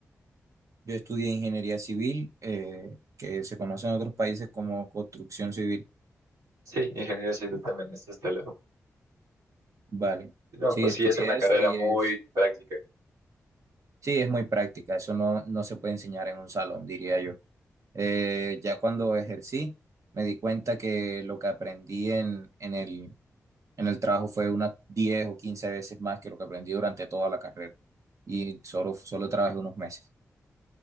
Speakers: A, on the right; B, on the right.
A: Yo estudié ingeniería civil, eh, que se conoce en otros países como construcción civil,
B: Sí, ingeniería civil también, es hasta luego.
A: ¿vale?
B: No,
A: Sí,
B: pues
A: estudié
B: sí, es una carrera
A: eso y
B: muy
A: es,
B: práctica.
A: sí, es muy práctica, eso no, no se puede enseñar en un salón, diría yo. Eh, ya cuando ejercí, me di cuenta que lo que aprendí en, en el, en el trabajo fue unas 10 o 15 veces más que lo que aprendí durante toda la carrera. Y solo, solo trabajé unos meses.